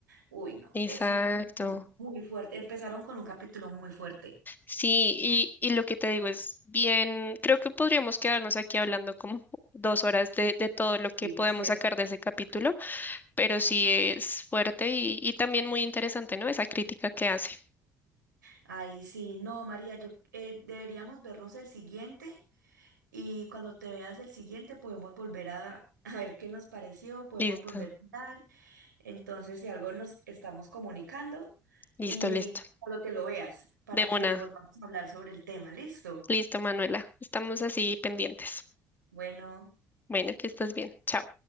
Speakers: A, on the right; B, on the left.
A: Uy, no,
B: exacto.
A: es un capítulo muy fuerte. Empezaron con un capítulo muy fuerte.
B: Sí, y, y lo que te digo es bien, creo que podríamos quedarnos aquí hablando como dos horas de, de todo lo
A: Sí,
B: que podemos
A: es cierto.
B: sacar de ese capítulo. pero sí es fuerte y, y también muy interesante, ¿no? Esa crítica que hace.
A: Ay, sí, no, María, yo eh, deberíamos vernos el siguiente Y cuando te veas el siguiente, podemos volver a, <laughs> a ver qué nos pareció, podemos
B: Listo,
A: volver a hablar. Entonces, si algo nos estamos comunicando
B: listo,
A: y
B: listo.
A: cuando te lo veas, para
B: De
A: que
B: una.
A: volvamos a hablar sobre el tema, ¿listo?
B: Listo, Manuela. Estamos así pendientes.
A: Bueno.
B: Bueno, que estés bien. Chao.